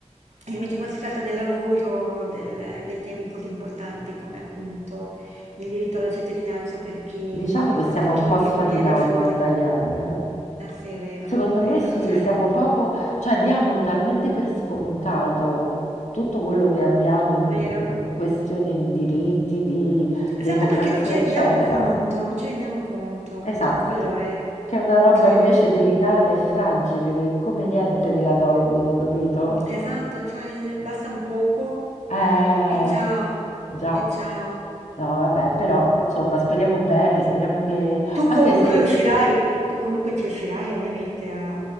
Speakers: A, on the right (about 70°); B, on the left (about 75°).
A: e invece quando si tratta del lavoro, del- dei temi così importanti come appunto il diritto alla cittadinanza per chi
B: Diciamo che siamo
A: per
B: un
A: chi
B: po' sfaticati
A: viene da fuori.
B: noi italiani, eh.
A: Eh sì, è vero,
B: Secondo
A: è vero,
B: me sì,
A: cioè,
B: siamo poco, cioè diamo talmente per scontato tutto quello che abbiamo in
A: vero?
B: in questione di diritti, di
A: Esatto
B: democrazia,
A: perché non ci
B: eccetera.
A: rendiamo conto, non ci rendiamo conto,
B: Esatto,
A: cioè quello è,
B: che è una roba
A: cioè,
B: invece delicata e fragile che come niente te la tolgono, capito?
A: esatto, cioè il- basta un poco
B: Eh,
A: e ciao,
B: già.
A: e ciao.
B: No, vabbè, però insomma, speriamo bene, speriamo che
A: Tu
B: anche
A: comunque
B: se
A: riuscirai,
B: insomma,
A: tu comunque ci riuscirai ovviamente a,